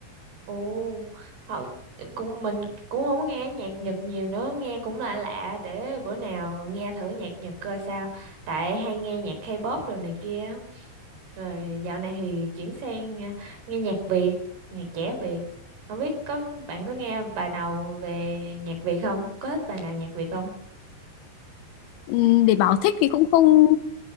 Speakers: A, on the right; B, on the left.
A: Ồ, họ cũng mình cũng không nghe nhạc Nhật nhiều nữa, nghe cũng lạ lạ để bữa nào nghe thử nhạc Nhật coi sao. Tại hay nghe nhạc K-pop đồ này kia. Rồi dạo này thì chuyển sang nghe, nghe nhạc Việt, nhạc trẻ Việt. Không biết có bạn có nghe bài nào về nhạc Việt không? Có thích bài nào nhạc Việt không?
B: Ừm, Để bảo thích thì cũng không